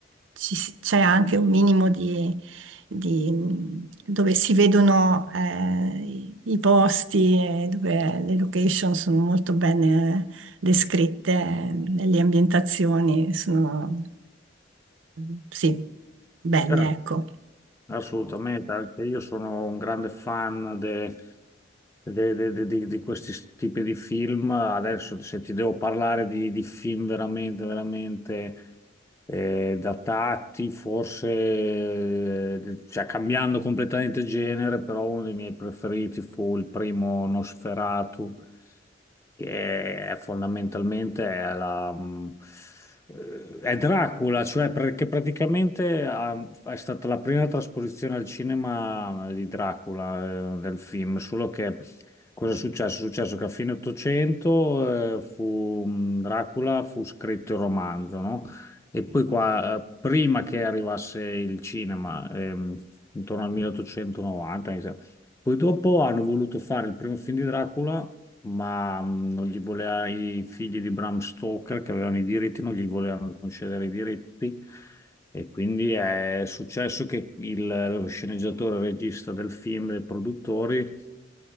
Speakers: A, on the right; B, on the left.
A: ci si- c'è anche un minimo di di- dove si vedono eh, i i posti e dove le location sono molto bene descritte, eh, le ambientazioni sono, mm, sì, belle,
B: Certo,
A: ecco.
B: assolutamente, anche io sono un grande fan de- de- de- de- di, di questi tipi di film. Adesso se ti devo parlare di, di film veramente, veramente. eh, datati, forse, eh, cioè cambiando completamente genere, però uno dei miei preferiti fu il primo Nosferatu, che è fondamentalmente è la... mh, eh, È Dracula, cioè perché praticamente ha- è stata la prima trasposizione al cinema eh, di Dracula, eh, del film, solo che Cosa è successo? È successo che a fine 800 eh, fu, mh, Dracula fu scritto il romanzo, no? E poi qua, eh, prima che arrivasse il cinema, ehm, intorno al 1890, mi sembra, poi dopo hanno voluto fare il primo film di Dracula ma mh, non gli voleva i figli di Bram Stoker che avevano i diritti, non gli volevano concedere i diritti e quindi è successo che il, lo sceneggiatore, il regista del film, e i produttori